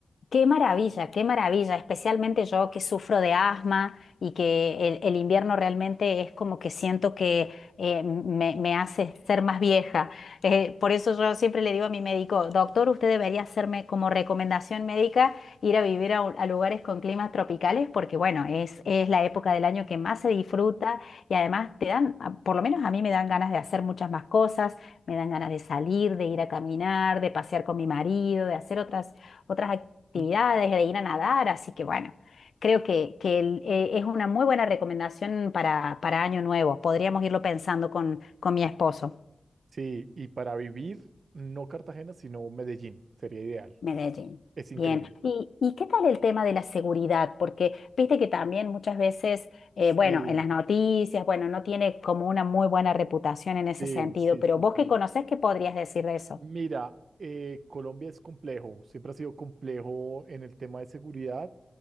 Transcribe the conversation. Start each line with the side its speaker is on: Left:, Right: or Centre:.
Left: Qué maravilla, qué maravilla, especialmente yo que sufro de asma y que el, el invierno realmente es como que siento que eh, me, me hace ser más vieja. Eh, por eso yo siempre le digo a mi médico, doctor, usted debería hacerme como recomendación médica ir a vivir a, un- a lugares con climas tropicales porque bueno, es, es la época del año que más se disfruta y además te dan, a- por lo menos a mí me dan ganas de hacer muchas más cosas, me dan ganas de salir, de ir a caminar, de pasear con mi marido, de hacer otras otras actividades,
Right: Sí,
Left: de ir a nadar, así que bueno, creo que, que el- eh, es una muy buena recomendación para, para Año Nuevo. Podríamos irlo pensando con, con mi esposo.
Right: Sí, y para vivir, no Cartagena, sino Medellín, sería ideal,
Left: Medellín.
Right: es increíble.
Left: Bien, ¿Y, y qué tal el tema de la seguridad? Porque viste que también muchas veces, eh,
Right: Sí,
Left: bueno, en las noticias, bueno, no tiene como una muy buena reputación en ese
Right: sí,
Left: sentido,
Right: sí,
Left: pero
Right: sí,
Left: vos
Right: sí.
Left: que conocés, ¿qué podrías decir de eso?
Right: Mira, eh, Colombia es complejo, siempre ha sido complejo en el tema de seguridad,